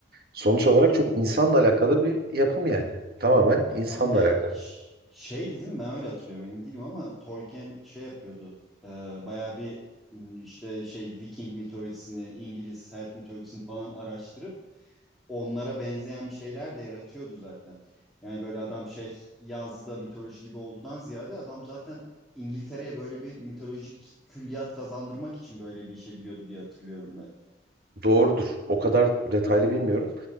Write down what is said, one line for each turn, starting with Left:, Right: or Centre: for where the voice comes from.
Right: Sonuç olarak çok insanla alakalı bir yapım yani. Tamamen insanla
Centre: Abi bir de
Right: alakalı.
Centre: ş- şeydi değil mi? Ben öyle hatırlıyorum emin değilim ama Tolkien şey yapıyordu. Ee, bayağı bir m, işte şey Viking mitolojisini, İngiliz Celt mitolojisini falan araştırıp onlara benzeyen bir şeyler de yaratıyordu zaten. Yani böyle adam şey yazdı mitoloji gibi olduğundan ziyade adam zaten İngiltere'ye böyle bir mitolojik külliyat kazandırmak için böyle bir işe giriyordu diye hatırlıyorum ben.
Right: Doğrudur. O kadar detaylı bilmiyorum.